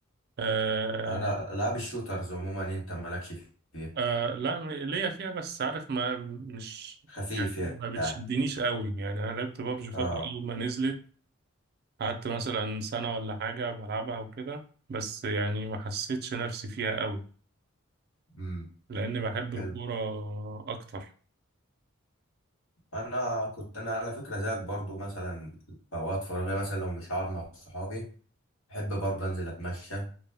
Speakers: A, on the right (about 50°); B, on the left (about 75°).
A: آه،
B: انا العاب الشوترز عموما انت مالكش فيها
A: آه لا م- ليا فيها بس عارف ما مش
B: خفيف
A: يعني
B: يعني
A: ما بتشدنيش قوي يعني انا لعبت بابجي فترة
B: اه
A: اول ما نزلت قعدت مثلا سنة ولا حاجة بلعبها وكده بس يعني ما حسيتش نفسي فيها قوي
B: امم
A: لاني بحب
B: حلو
A: الكورة اكتر
B: انا كنت انا على فكره زيك برضو مثلا في اوقات فراغي مثلا لو مش هقعد مع صحابي بحب برضو انزل اتمشى